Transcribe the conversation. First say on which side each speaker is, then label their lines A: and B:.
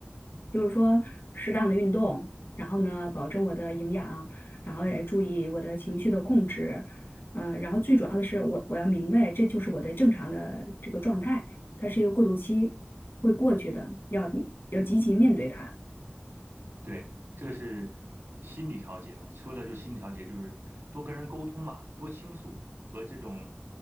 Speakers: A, on the left; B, on the right.
A: 就是说适当的运动，然后呢，保证我的营养，然后也注意我的情绪的控制，嗯、然后最主要的是我我要明白这就是我的正常的这个状态，它是一个过渡期，会过去的，要要积极面对它。
B: 对，这个是心理调节嘛，说的就是心理调节，就是多跟人沟通嘛，多倾诉，和这种